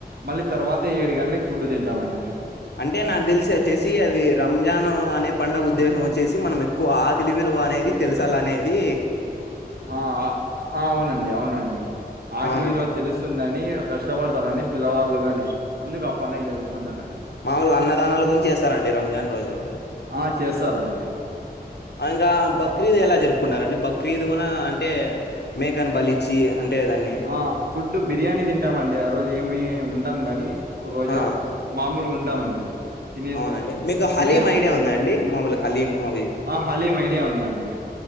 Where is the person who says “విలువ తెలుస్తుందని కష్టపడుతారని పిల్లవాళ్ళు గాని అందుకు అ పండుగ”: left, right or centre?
Right